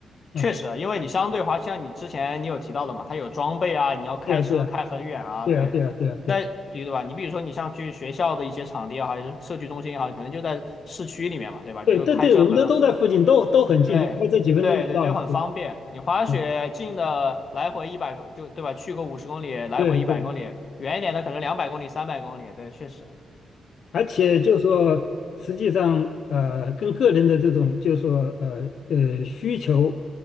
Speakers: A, on the left; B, on the left.
A: 啊，
B: 确实，因为你相对滑，像你之前你有提到的嘛，它有装备啊，你要开车开很远啊，
A: 对啊对啊对啊对啊对啊对啊，
B: 对，你在对吧？你比如说你像去学校的一些场地也好，还是社区中心也好，你可能就在市区里面嘛，对吧？你就开车本，
A: 对对对，我们这都在附近，都都很近，
B: 对对对，
A: 就开车几分钟就到了，
B: 就很方便。
A: 对
B: 你滑雪近的来回一百公就对吧？
A: 对
B: 去个五十公里，来回一百公里，
A: 对对。
B: 远一点的可能两百公里、三百公里，对，确实。
A: 而且就说，
B: 对，
A: 实际上，呃，跟个人的这种，就说，呃呃，需求、